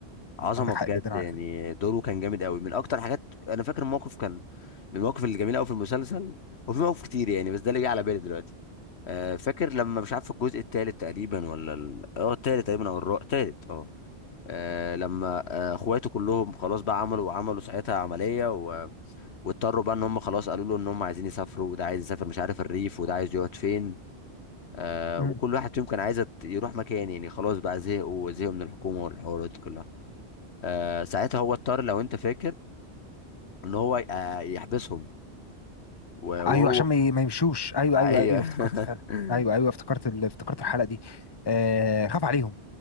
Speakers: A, on the left; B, on the left.
A: عظمه
B: عندك
A: بجد
B: حق جدا
A: يعني
B: على فكرة
A: دوره كان جامد قوي من اكتر حاجات انا فاكر موقف كان من المواقف الجميله قوي في المسلسل وفي مواقف كتير يعني بس ده اللي جه على بالي دلوقتي آه، فاكر لما مش عارف الجزء الثالث تقريبا ولا ال... اه الثالث تقريبا او الرابع الثالث اه آه لما آه اخواته كلهم خلاص بقى عملوا عملوا ساعتها عملية و... واضطروا بقى ان هم خلاص قالوا له ان هم عايزين يسافروا وده عايز يسافر مش عارف الريف وده عايز يقعد فين آه
B: مم.
A: وكل واحد فيهم كان عايز يت- يروح مكان يعني خلاص بقى زهقوا زهقوا من الحكومة والحوارات دي كلها آه ساعتها هو اضطر لو انت فاكر ان هو ي- آه يحبسهم و-
B: ايوه
A: وهو
B: عشان ما ي- ما يمشوش ايوه
A: ايوه
B: ايوه ايوه افتكرت
A: <laughs>
B: فعلا ايوه ايوه افتكرت ال... افتكرت الحلقة دي آه خاف عليهم